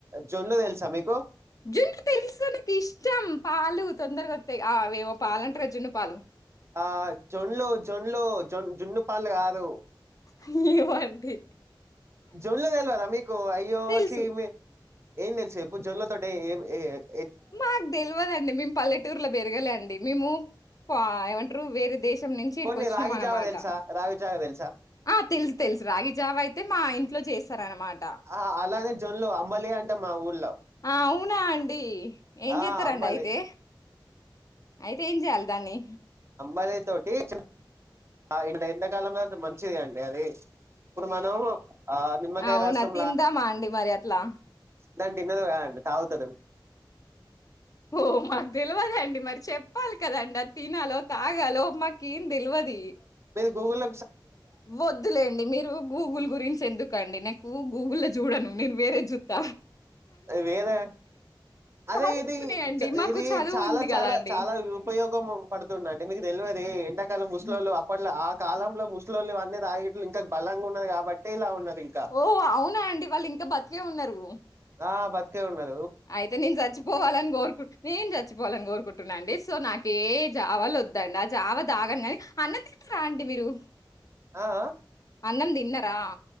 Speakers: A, on the right; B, on the left.
A: జున్ను తెలుసా మీకు
B: జున్ను తెలుసు నాకు ఇష్టం పాలు తొందరగా వస్తాయి ఆవేవో పాలు అంటారు కదా జున్ను పాలు
A: ఆ జొన్లు, జొన్లు జొ జొన్ను పళు కారు
B: <unintelligible> ఏమండి
A: జొన్లో తెలివదా, మీకు అయ్యో
B: తెలుసు
A: చ్చి మీ ఏం తెలుసు ఇప్పుడు జొన్లో. తడే ఏ ఏ
B: మాకు తెలివదండి. మేము పల్లెటూరులో పెరగాలే అండి. మేము పా ఏమంట రు వేరె దేశ నుంచి ఇడికి
A: పోనీ
B: వచ్చినాం
A: రాగి
B: అనమాట.
A: జావ తెలుసా రాగి జావ తెలుసా
B: ఆ తెలుసు తెలుసు రాగిజావ అయితే మా ఇంట్లో చేస్తార అనమాట.
A: ఆ అలానే జొన్లు అంబలి అంటే మా ఊర్లో
B: ఆ అవునా అండి ఏం
A: ఆ
B: చెతారండి
A: అంబలి
B: అయితే అయితే ఏం చేయాలి దాన్ని.
A: అంబలి తోటి చిన్న ఎండకాలంలో మంచిది అండి. అది ఇప్పుడు మనం ఆ నిమ్మకాయ
B: అవునా
A: రసం
B: తిందామా అండి మరి అట్లా
A: ద తిన్నది కాదండి, తాగుతుంది.
B: ఓ మాకు తెలివద అండి. మరి చెప్పాలి కదండి, అది తినాలో తాగాలో మాకెంది తెల్వది.
A: గోల
B: వద్దులేండి. మీరు గూగుల్ గురించి ఎందుకుండి. నాకు గూగుల్ లో చూడను నేను వేరే జు త
A: వేరే అదే
B: చదువుకునేయండి.
A: ఇది
B: మాకు
A: ఇది
B: చదువు
A: చాలా
B: ఉంది
A: చాలా
B: గదండీ!
A: చాలా ఉపయోగం పడుతుందిండి. మీకు తెల్వే ఎం ముస్లింలు
B: హ్మ్.
A: అప్పట్లో ఆ కాలంలో ముం ఇంట్లో వాళ్ళు తాగిట్లు ఇం బలంగా ఉన్నది కాబట్టి ఇలా ఉన్నది. ఇంకా
B: ఓ అవునా అండి వాళ్ళు ఇంకా బతికే ఉన్నారు.
A: ఆ బతుకే ఉన్నాది.
B: అయితే నేను చచ్చిపోవాలని కోరుకుంట, నేను చచ్చిపోవాలని కోరుకుంటున్నాండి. సో నాకు ఏ జావల వద్దు. ఇండి ఆ చావ తాగ కానీ, అన్నం తింటారా అండి మీరు
A: అ ఆ
B: అన్నం తిన్నరా